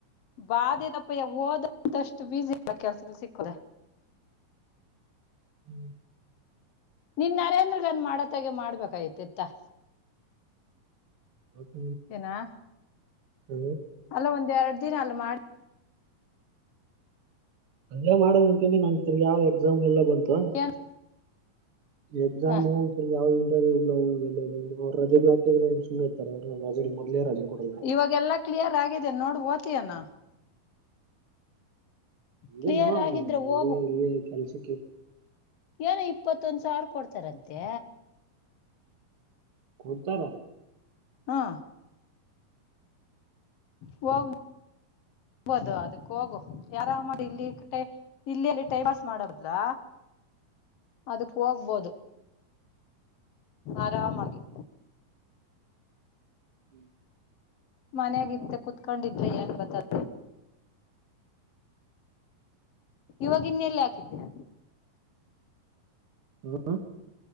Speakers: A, on the left (about 55°); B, on the right (about 45°).
A: ಬಾದೆದಪ್ಪಯ್ಯ ಹೋದದಷ್ಟೇ ಈಜಿ ಇಲ್ಲ ಕೆಲಸ ಸಿಕ್ಕದ <inaudible> <unintelligible>
B: ಹ
A: ನಿನ್ನ ನರೇಂದ್ರಗನ್ ಮಾಡತ್ತಾಗ ಮಾಡ್ಬೇಕಾಯತಿತ್ತ
B: ಹೂಗ
A: ಏನ
B: ಹ
A: ಅಲ್ಲ ಒಂದಎರಡ್ ದಿನ ಅಲ್ ಮಾಡಿ
B: ಅಲ್ಲೇ ಮಾಡಕ್ ಕುಂತೀನಿ ನಗಂತೂ ಯಾವ್ ಎಕ್ಸಾಮ್ ಎಲ್ಲ ಅವತ್ತು
A: ಏನ್
B: ಎಕ್ಸಾಮು
A: ಹ,
B: ಆದರ ಯಾವ ಇಂಟರ್ವ್ಯೂ ಇಲ್ಲ ಇಲ್ಲ ಅವ್ ರಜೆ ಹಾಕಿದ್ರೆ ಸುಮ್ನಿರ್ತಾರ ಅವ ರಜೆ ಮೊದಲೇ ರಜೆ ಕೊಡಲ್ಲ
A: ಇವಾಗೆಲ್ಲಾ ಕ್ಲಿಯರ್ ಆಗಿದೆ ನೋಡ್ ಓದುತಿಯೇನು ಕ್ಲಿಯರ್
B: ಏನೋ
A: ಆಗಿದ್ರೆ ಹೋಗು
B: ಎಲ್ಲಿ ಇ ಕೆಲಸಕ್ಕೆ
A: ಏನೋ ಇಪ್ಪತ್ತೊಂದ ಸಾವಿರ ಕೊಡ್ತಾರಂತೆ
B: ಕೊಡ್ತಾರಾ
A: ಹಾ ಹೋಗ
B: ಹ
A: ಹೋಗಬೋದು ಅದಕ ಹೋಗು ಆರಾಮಾಗಿ ಇಲ್ಲಿ ಇಲ್ಲಿಯಲ್ಲಿ ಟೈಮ್ ಪಾಸ್ ಮಾಡೋಬಾಡ್ಲು
B: ಹ
A: ಅದಕ ಹೋಗಬಹುದು ಆರಾಮಾಗಿ
B: ಹ
A: ಮನೆಗಿದ್ದು ಕುತ್ಕೊಂಡಿದ್ರೆ ಏನ್ ಬರ್ತದ ಇವಾಗಿನ ಎಲ್ಲಿ ಹಾಕಿದ್ದೀಯಾ
B: ಹು